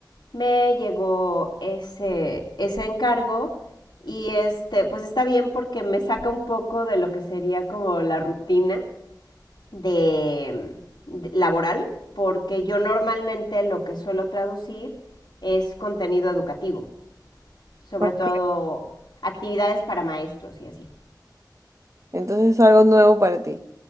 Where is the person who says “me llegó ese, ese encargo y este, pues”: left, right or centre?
Left